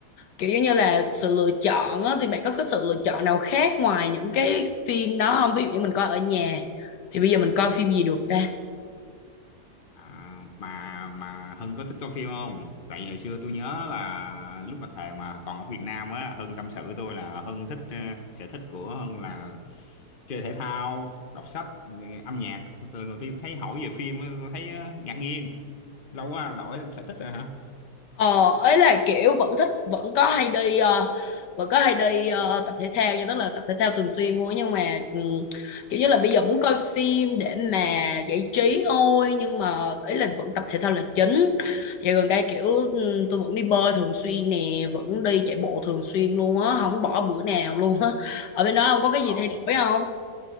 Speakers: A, on the left; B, on the left.
A: kiểu giống như là sự lựa chọn á, thì bạn có cái sự lựa chọn nào khác ngoài những cái phim đó không? Ví dụ như mình coi ở nhà thì bây giờ mình coi phim gì được ta?
B: À, mà mà Hưng có thích coi phim không? Tại vì hồi xưa tôi nhớ là lúc mà thời mà còn ở Việt Nam á, Hưng tâm sự với tôi là Hưng thích ờ, sở thích của Hưng là chơi thể thao, đọc sách, nghe âm nhạc. Từ lần đầu tiên tôi thấy hỏi về phim á, tôi thấy ờ, ngạc nhiên. Lâu quá đổi sở thích rồi hả?
A: Ờ, ấy là kiểu vẫn thích vẫn có hay đi ờ, vẫn có hay đi ờ, tập thể thao nha tức là tập thể thao thường xuyên luôn á nhưng mà ừm, kiểu như là bây giờ muốn coi phim để mà giải trí thôi nhưng mà ấy là vẫn tập thể thao là chính giờ gần đây kiểu ừm, tôi vẫn đi bơi thường xuyên nè vẫn đi chạy bộ thường xuyên luôn á không bỏ bữa nào luôn á ở bên đó không có cái gì
B: Ồ.
A: thay đổi không